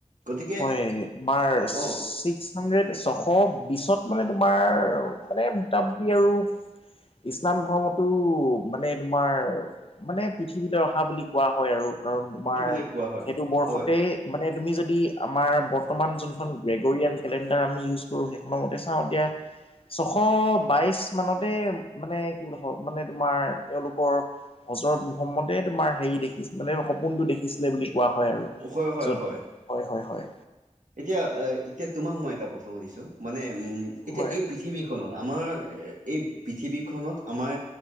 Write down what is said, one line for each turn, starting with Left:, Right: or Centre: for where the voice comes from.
Right: গতিকে
Left: হয় তোমাৰ
Right: অ
Left: ছিক্স হানৰেদ ছশ বিছত মানে তোমাৰ মানে মোটামুটি আৰু ইছলাম ধৰ্মতো মানে তোমাৰ মানে পৃথিৱীলৈ অহা বুলি কোৱা হয় আৰু কাৰণ তোমাৰ
Right: পৃথিৱীলৈ কোৱা হয়
Left: সেইটো বৰ্ষতেই
Right: হয়
Left: মানে তুমি যদি আমাৰ বৰ্তমান যোনখন গেগৰিয়ান কেলেণ্ডাৰ আমি ইউজ কৰোঁ সেইখননৰ মতে চাওঁ এতিয়া ছশ বাইশ মানতে মানে কি বুলি মানে তোমাৰ এওঁলোকৰ বছৰত মহম্মদে তোমাৰ হেৰি দেখি মানে সপোনটো দেখিছিলে বুলি কোৱা হয় আৰু।
Right: হয়-হয়
Left: য'ত
Right: -হয়।
Left: হয় হয়
Right: এতিয়া আহ, এতিয়া তোমাক মই এটা প্ৰশ্ন সুধিছো মানে উম এতিয়া
Left: হয়
Right: এই পি পৃথিৱীখনো আমাৰ এই পৃথিৱীখনত আমাৰ